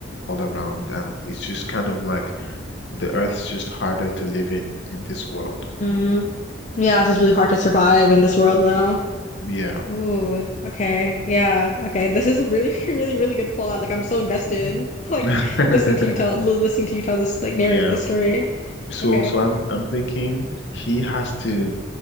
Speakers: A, on the left; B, on the left.
A: all around and it's just kind of like the earth's just harder to live in in this world.
B: Mm, yeah,
A: Mhm.
B: it's just really hard to survive in this world now.
A: Yeah.
B: Ooh, okay. Yeah. Okay. This is a really, <laughs> really, really good plot. Like
A: Mhm.
B: I'm so invested.
A: Mhm.
B: <laughs> Like
A: <laughs>
B: listening to you tell li- listening to you tell this like narrate
A: Yeah.
B: this story.
A: So,
B: Okay.
A: so I'm I'm thinking he has to.